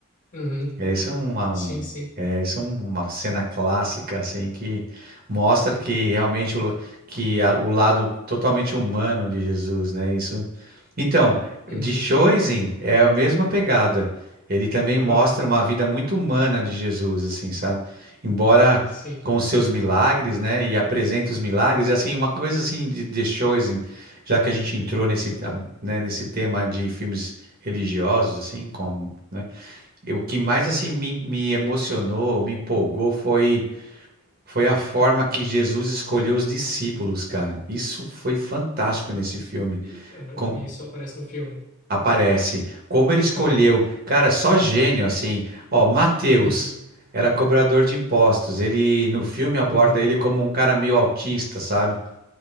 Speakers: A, on the left; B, on the right.
A: uhum.
B: É isso é uma, um,
A: Sim, sim.
B: é isso é uma cena clássica assim que mostra que realmente o, que a- o lado totalmente humano de Jesus, né? Isso. Então,
A: Uhum.
B: de Choisin é a mesma pegada. Ele também mostra
A: Aham,
B: uma vida muito humana de Jesus, assim, sabe? Embora
A: sim.
B: com os seus milagres, né? E apresenta os milagres e assim uma coisa assim de, de Choisin, já que a gente entrou nesse, né, nesse tema de filmes religiosos, assim, como né? E O que mais
A: Uhum.
B: assim me, me emocionou, me empolgou foi foi a forma que Jesus escolheu os discípulos, cara. Isso foi fantástico nesse filme.
A: E, aham,
B: Com
A: e isso aparece no filme.
B: aparece como ele escolheu,
A: Aham,
B: cara, só gênio assim. Ó, Mateus
A: uhum,
B: era cobrador de impostos. Ele no filme aborda
A: uhum,
B: ele como um cara meio autista, sabe?